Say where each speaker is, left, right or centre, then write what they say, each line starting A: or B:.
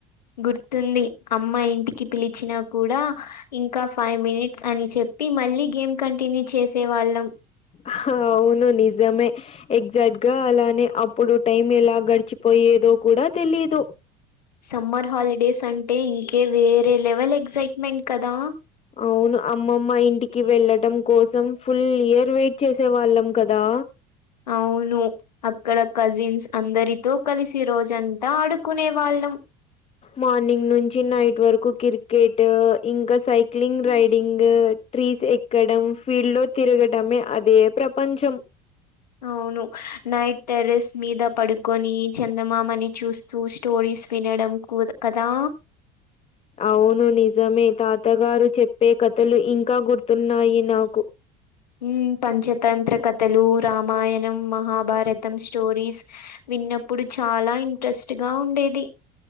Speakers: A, on the left; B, on the left.
A: గుర్తుంది అమ్మా ఇంటికి పిలిచినా కూడా ఇంకా ఫైవ్ మినిట్స్ అని చెప్పి మళ్ళీ గేమ్ కంటిన్యూ చేసే వాళ్ళం
B: హావును నిజమే ఎగ్జాక్ట్ గా అలానే అప్పుడు టైం ఎలా గడిచిపోయేదో కూడా తెలిదు
A: సమ్మర్ హాలిడేస్ అం టే ఇంకే వేరే లెవెల్ ఎగ్సైట్మెంట్ కదా
B: అవును అమ్మమ్మ ఇంటికి వెళ్ళడం కోసం ఫుల్ ఇయర్ వెట్ చేసే వాళ్ళం కదా
A: అవును అక్కడ కజిన్స్ అందరితో కలిసి రోజంతా ఆడుకునే వాళ్ళం
B: మార్నింగ్ నుంచి నైట్ వర్కు కిరికెటు ఇంకా సైక్లింగ్ రైడింగు ట్రీస్ ఎక్కడం ఫీల్లో తిరగటమే అదే ప్రపంచం
A: అవును నైట్ టెరెస్ మీద పడుకని చందమామని చూస్ చూ స్టోరీస్ వినడం కోద్ కదా
B: అవును నిజమే తాతగారు చెప్పే కథలు ఇంకా గుర్తున్నాయి నాకు
A: ఉమ్ పంచతంత్ర కథలు రామాయణం మహాభారతం స్టోరీస్ విన్నప్పుడు చాలా ఇంట్రెస్ట్గా ఉండేది